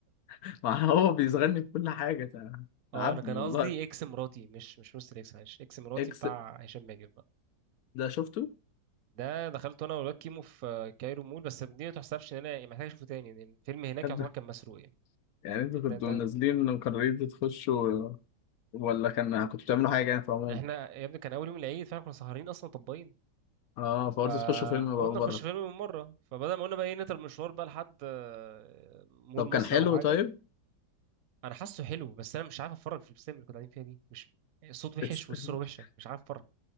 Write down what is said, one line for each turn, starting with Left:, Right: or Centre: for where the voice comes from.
Left: <laughs> ما هو بيصغرني في كل حاجة تع-
Right: اه
Left: تعبني
Right: انا كان قصدي
Left: والله
Right: اكس مراتي مش مش مستر اكس معلش اكس مراتي
Left: اكس
Right: بتاع هشام ماجد بقى
Left: ده شفته
Right: ده دخلته انا والواد كيمو في كايرو مول بس دي ما تحسبش ان انا يعني محتاج اشوفه تاني لان الفيلم هناك
Left: حد-
Right: يعتبر كان مسروق يعني
Left: يعني انتوا كنتوا
Right: ده ده
Left: نازلين وقررتوا تخشوا ولا كان كنتوا بتعملوا حاجة يعني في عموم
Right: احنا يا ابني كان اول يوم العيد فاحنا كنا سهرانين اصلا طباين
Left: اه فقلت
Right: فقلنا
Left: تخشوا فيلم بقى بره
Right: نخش فيلم من مره فبدل ما قلنا بقى ايه نتر مشوار بقى لحد آه، مول
Left: طب
Right: مصر
Left: كان حلو
Right: او حاجه
Left: طيب
Right: انا حاسه حلو بس انا مش عارف اتفرج في السينما اللي كنا قاعدين فيها دي مش الصوت وحش
Left: الس-
Right: والصوره
Left: <laughs>
Right: وحشه مش عارف اتفرج